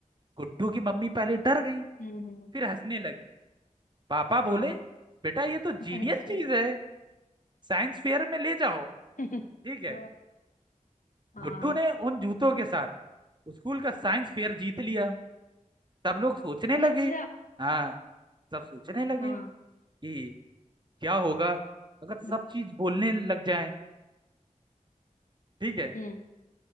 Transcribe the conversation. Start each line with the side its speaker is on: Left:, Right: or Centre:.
Right: गुड्डू की मम्मी पहले डर गई
Left: हम्म हम्म,
Right: फिर हंसने लगी पापा बोले
Left: हाँ
Right: बेटा ये तो जीनियस
Left: अच्छा
Right: चीज है साइंस फेयर में ले जाओ
Left: <laughs>
Right: ठीक है
Left: हाँ हाँ
Right: गुड्डू ने उन जूतों के साथ स्कूल का साइंस फेयर जीत लिया
Left: हम्म,
Right: सब लोग सोचने लगे
Left: अच्छा
Right: हाँ सब सोचने लगे
Left: हाँ
Right: कि क्या होगा अगर सब
Left: हम्म
Right: चीज बोलने लग जाए ठीक है
Left: हम्म,